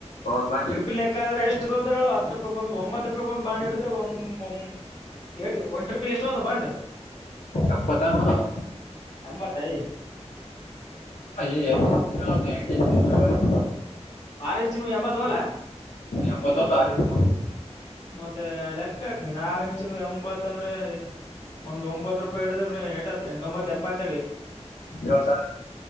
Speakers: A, on the left; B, on the left.
A: ಒಂದ್ ಬಾಂಡಿಗೆ
B: ಟ್ರಿಪನಿ ಲೆಕ್ಕ ಆದ್ರೆ ಎಷ್ಟು ತೊಗೊತ್ತಾರೆ ಹೇಳ್ ಹತ್ತು ರೂಪಾಯಿಗ್ ಒಂದು ಒಂಬತ್ತು ರೂಪಾಯಿಕ್ ಒಂದು ಬಾಂಡ್ ಹಿಡಿದ್ರೆ ಒಂ ಒಂ ಎಟೂ ಒನ್ ಟ್ರಿಪಿಗೆ ಎಷ್ಟೋತೊವ್ ಬಾಂಡ್
A: ಎಪ್ಪತ್ತೇನೋ ಹೋತ್ತವ.
B: ಎಂಬತಾಯ್
A: ಎ ಎಂಟ <unintelligible>
B: ಆರೆಂಜ್ ಚಿನ್ನು ಎಂಬತೋಲಾ
A: ಎಂಬತ್ತೂ ತಾರಿಂಚೋ
B: ಮತ್ತೆ ಲೆಕ್ಕಾಕ್ ನೀನ್ ಆರೆಂಜ್ ಚಿನ್ನು ಎಂಬತ್ತ್ ಅಂದ್ರೆ ಒಂದ್ ಒಂಬತ್ತು ರೂಪಾಯಿ ಹಿಡಿದ್ರೆ ನಿ ಎಟಾತ್ ಎಂಟೊಂಬತ್ಲೇ ಎಪ್ಪತ್ತ್ ಅಡಿ
A: ಹೇಳ್ ಸ